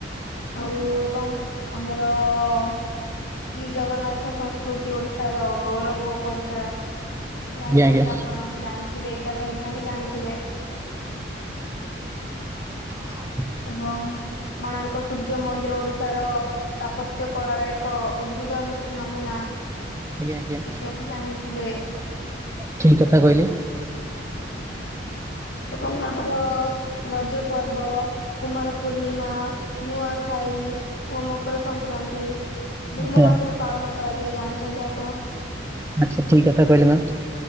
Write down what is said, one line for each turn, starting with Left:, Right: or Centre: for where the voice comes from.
Left: ଆଉ ଏବଂ ଆମର-ଅ-ଅ-ଅ କି ଜଗନ୍ନାଥ ସଂସ୍କୃତି ଓଡିଶାର ଗୌରବ ଓ ପରିଚୟ। ଜାଣିଛନ୍ତି
Right: ଆଜ୍ଞା ଆଜ୍ଞା
Left: ଆପଣ ହଁ ଜାଣିଥିବେ ଏଇଟା ତ ନିହାତି ଜାଣିଥିବେ। <inaudible>
Right: ହଁ
Left: ଏବଂ କୋଣାର୍କ ସୂର୍ଯ୍ୟ ମନ୍ଦିର ଓଡି ଶାର ସ୍ଥାପତ୍ୟ କଳାର ଏକ ଉଦ୍ଭୁତ ନମୁନା।
Right: ଆଜ୍ଞା ଆଜ୍ଞା
Left: ଏଇଟା ବି ଜାଣିଥିବେ
Right: ଠିକ୍ କଥା କହିଲେ
Left: ଆଜ୍ଞା। ଏବଂ ଆମର ରଜ ପର୍ବ କୁମାର ପୂର୍ଣ୍ଣିମା, ନୂଆଖାଇ ଓ ମକର ସଂକ୍ରାନ୍ତି। ଧୂମ
Right: ଆଚ୍ଛା
Left: ମାସରେ ପାଳନ କରାଯାଏ ଜାଣିଛନ୍ତି ଆପଣ।
Right: ଆଚ୍ଛା ଠିକ୍ କଥା କହିଲେ ମାମ୍।